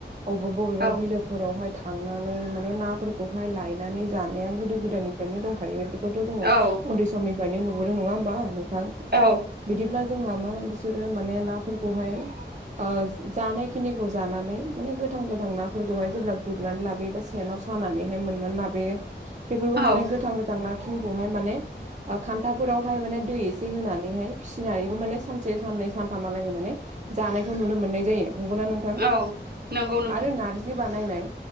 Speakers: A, on the right; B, on the right.
A: अबेबा बबेबा
B: औ
A: बिलोफ फोरावहाय थांनानै माने नाफोरखौहाय लायनानै जानाया गोदो गोदायनिफ्रायनो दंखायोबेफो फर‌ थ' जोंङो
B: औ
A: उन्दै समनिफ्रायनो नुबोदो नङा होमबा नोंथां।
B: औ
A: बिदिब्ला जोंहा मा बिसोरो माने नाफोरखौहाय ओ जानाय। खिनिखौ जानानै माने गोथां गोथां नाफोरखौहाय जेब्ला गुरनानै लाबोयो सेनाव सानानैहाय मोननानै लाब बेयो बेफोरखौ
B: औ
A: माने गोथां गोथां ना खिनिखौहाय माने ओ खान्थाफोरावहाय माने दै एसे होनानैहाय फिसिनानैबो माने सानसे साननै सानथामहालागे माने जानायखो नुनो मोननाय जायो नंगौना नोंथां
B: औ नंगौ नोंथां
A: आरो नारजि बानायनाय।